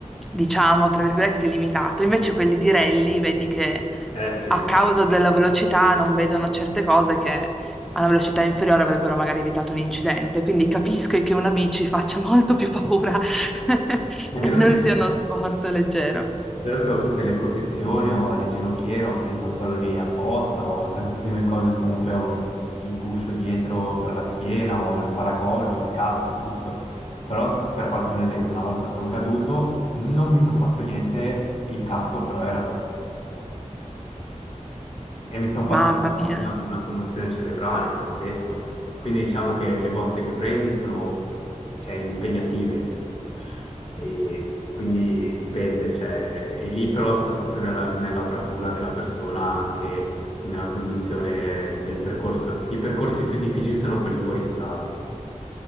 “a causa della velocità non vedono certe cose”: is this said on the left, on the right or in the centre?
Centre